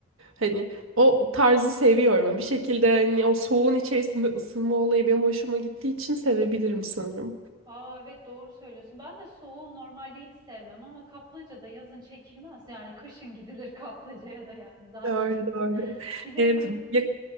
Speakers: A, on the right; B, on the right.
A: Hani o tarzı seviyorum. Bir şekilde hani o soğuğun içerisinde ısınma olayı benim hoşuma gittiği için sevebilirim sanırım.
B: Aa evet doğru söylüyorsun. Ben de soğuğu normalde hiç sevmem ama kaplıca da yazın çekilmez. Yani kışın gidilir <laughs> kaplıcaya da yani zaten.
A: Doğru doğru.
B: Bir de
A: Ee,
B: kı-
A: ya-